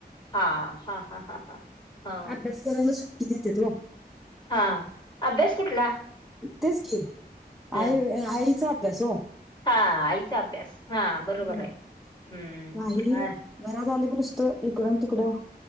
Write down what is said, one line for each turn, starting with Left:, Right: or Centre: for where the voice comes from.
Left: हा, हा हा हा हा. हा
Centre: अभ्यास करायला सुट्टी देत्यात हो.
Left: हा, अभ्यास कुठला
Centre: तेच की
Left: ह
Centre: आई, आईचा अभ्यास हो
Left: हा, आईचा अभ्यास, हा बरोबर
Centre: हम्म.
Left: आहे, हम्म
Centre: नाही
Left: अ
Centre: घरात आलं की नुसतं इकडून तिकडं